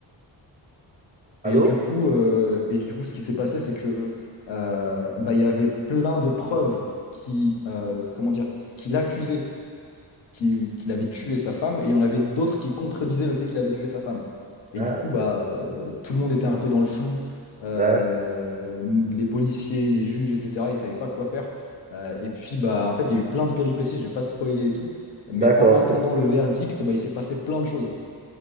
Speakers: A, on the left; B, on the right.
A: Et
B: Allô?
A: du coup, euh, et du coup, ce qui s'est passé, c'est que euh, bah, il y avait plein de preuves qui, euh, comment dire, qui l'accusaient qu'il qu'il avait tué sa femme, et il y en avait d'autres qui contredisaient le fait qu'il avait tué sa femme. Et
B: D'ac-
A: du coup, bah, euh, tout le monde était un peu dans le flou. Euh,
B: d'ac-
A: les policiers, les juges, etc., ils ne savaient pas quoi faire. Euh, et puis, bah, en fait, il y a eu plein de péripéties, je ne vais pas te spoiler et tout, mais
B: D'accord.
A: en attendant le verdict, bah, il s'est passé plein de choses.